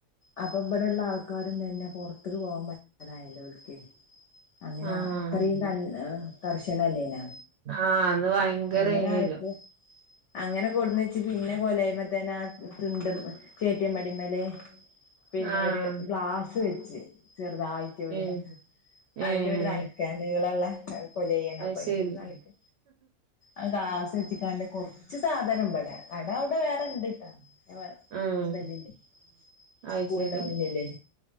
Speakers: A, on the left; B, on the right.
A: അപ്പൊ ഇബടെള്ള ആൾക്കാരും തന്നെ പൊർത്ക്ക് പോവാൻ പറ്റതായല്ലോ ഓൽക്ക്. അങ്ങനെ
B: ആഹ്
A: അതറീം കാലം കർശനല്ലേനാ
B: ആഹ് അന്ന് ഭയങ്കരേനല്ലോ
A: അങ്ങനായപ്പൊ അങ്ങനെ കൊടുന്നെച്ച് പിന്നെ കൊലായ്മത്തെന്നെ ത്ൻണ്ട്മ്മെ ചേറ്റിയപടിമ്മല്. പിന്നെ
B: ആഹ്
A: ഒര് ഗ്ലാസ് വെച്ച് ചെറുതായിട്ട് ഒര്
B: ഏഹ്
A: അയ്ന്റെ
B: ഏഹ്
A: ഒരു നര നീ ളല്ലേ കോലേയിൽ ആണ്
B: അത്
A: അപ്പൊ അയിന്
B: ശരി
A: തലക്ക്. ആദാസ് എച്ക്കാണ്ട് കുറച്ച് സാധനം ഇവടെ കട അവിടെ വേറെണ്ട്ട്ടാ.
B: ആഹ്
A: ഹസ്ബണ്ടിന്റെ
B: അത്
A: സ്കൂളിന്റെ
B: ശരി
A: മുന്നില്.